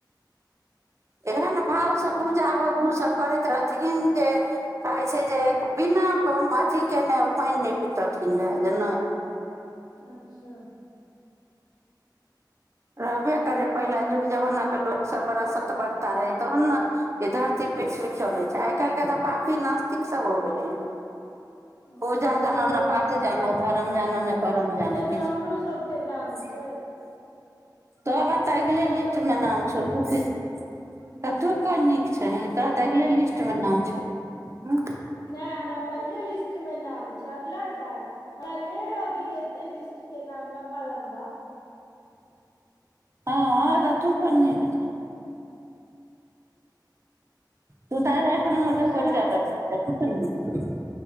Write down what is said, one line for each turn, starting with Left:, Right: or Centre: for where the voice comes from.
Right: एहन भाव
Left: ओ
Right: से पूजा होय उ सब करैत रहथिन जे कहै छै जे बिना अथी केने पानि नहि पीतथिन रहए जे नहि
Left: अच्छा
Right: रहबे करै पहिल युग जमानाके लोकसभ बड़ा सतबरता रहै तहन ने ई धरती पृथ्वी चलै छै आइ काल्हिके तऽ पापी नास्तिक सभ हो गेलै हन
Left: हँ
Right: पूजा
Left: जाहिमे
Right: जानै
Left: तो
Right: ने पाठ जानै धरम जानै ने करम जानै
Left: जाहिमे
Right: किछु
Left: हमरो
Right: नै
Left: सबके नाम छै
Right: तोहर तऽ अगिले
Left: जाहिमे हम
Right: लिस्ट
Left: सबके
Right: मे नाम छौ
Left: छै
Right: त तू कोन नीक छही तऽ अगिले लिस्ट मे नाउ छौ उंह
Left: नहि हमरा पहिले लिस्ट मे नाम छै अगला कहाँ ये अभी एते लिस्ट के नाम लम्बा लम्बा
Right: हँ तऽ तू कोन नीक छें तू तऽ आर
Left: हँ
Right: एक नंबर
Left: सबसे
Right: के
Left: खड़ा
Right: कोढिया लोक छीही कऽ हँ